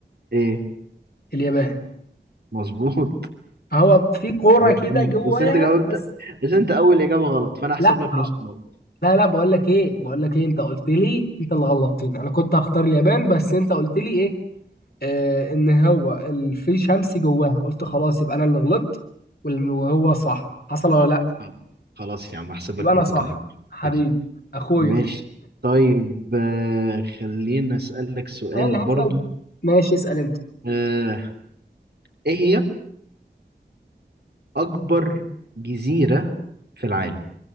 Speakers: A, on the right; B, on the left.
A: إيه
B: اليابان
A: مظبوط
B: هو في كوره
A: مظبوط
B: كده جواها
A: بس أنت جاوبت
B: بس
A: بس أنت أول إجابة غلط فأنا هحسب
B: لا
A: لك نص نقطة
B: لا لا بقول لك ايه بقول لك ايه انت قلت لي انت اللي غلطتني انا كنت هختار اليابان بس انت قلت لي ايه آه ان هو ال- في شمس جواها قلت خلاص يبقى انا اللي غلطت وال- وهو صح حصل ولا لا
A: طب، خلاص يا عم هحسب
B: يبقى
A: لك
B: انا
A: نقطة
B: صح
A: كمان
B: حبيبي
A: كده
B: اخويا
A: ماشي طيب آه، خلينا أسألك سؤال
B: انا اللي
A: برضو
B: هسأل ماشي اسأل انت
A: آه، إيه هي أكبر جزيرة في العالم؟